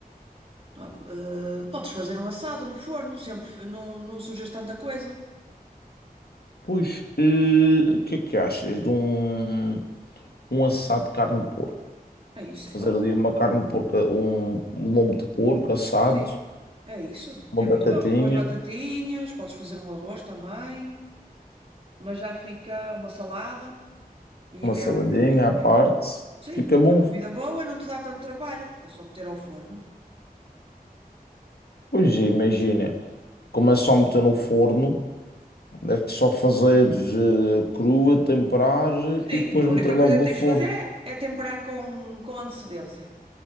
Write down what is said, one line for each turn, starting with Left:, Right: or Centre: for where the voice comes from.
Right: Ah, eh, podes fazer um assado no forno, sempre f- não, não sujas tanta coisa.
Left: Pois, eh, o que é que achas de um, um assado de carne de porco?
Right: É isso,
Left: Fazer
Right: é bom.
Left: ali uma carne de porco, um, um lombo de porco assado,
Right: Sim, é isso.
Left: uma
Right: É
Left: batatinha,
Right: muito bom. Com umas batatinhas, podes fazer um arroz também, mas já fica uma salada. E
Left: uma
Right: é,
Left: saladinha à parte.
Right: é- sim,
Left: Fica bom.
Right: é uma comida boa e não te dá tanto trabalho, porque é só meter ao forno.
Left: Pois, imagina, como é só meter no forno, é só fazer eh, crua, temperar
Right: Sim,
Left: e depois
Right: a
Left: meter
Right: única
Left: logo
Right: coisa
Left: no
Right: que tens
Left: forno.
Right: de fazer é, é temperar com, com antecedência.